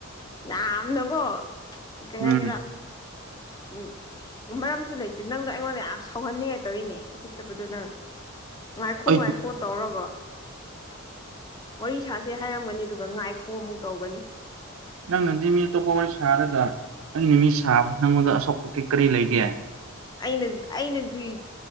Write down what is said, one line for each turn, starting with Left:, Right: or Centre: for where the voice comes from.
Left: ꯌꯥꯝꯅꯀꯣ ꯀꯩ
Right: ꯎꯝ
Left: ꯍꯥꯏꯒꯦꯔꯥ ꯎꯝ ꯃꯔꯝꯁꯨ ꯂꯩꯇꯦ ꯅꯪꯗꯣ ꯑꯩꯉꯣꯟꯗ ꯌꯥꯝ ꯁꯥꯎꯍꯟꯅꯤꯡꯉꯥꯏ ꯇꯧꯔꯤꯅꯦ ꯎꯁꯤꯠꯇꯕꯗꯨꯣ ꯅꯪ ꯉꯥꯏꯈꯣ
Right: ꯑꯩ
Left: ꯉꯥꯏꯈꯣ ꯇꯧꯔꯒ ꯋꯥꯔꯤ ꯁꯥꯥꯁꯦ ꯍꯥꯏꯔꯝꯒꯅꯤ ꯑꯗꯨꯒ ꯉꯥꯏꯈꯣ ꯑꯃꯨꯛ ꯇꯧꯒꯅꯤ
Right: ꯅꯪꯅꯗꯤ ꯃꯤ ꯑꯇꯣꯞꯄ ꯋꯥꯔꯤ ꯁꯥꯔꯒ ꯑꯩꯅ ꯃꯤ ꯁꯥꯕ ꯅꯪꯉꯣꯟꯗ ꯑꯁꯣꯛꯄ ꯀꯩ ꯀꯔꯤ ꯂꯩꯒꯦ
Left: ꯑꯩꯅ ꯑꯩꯅ ꯀꯔꯤ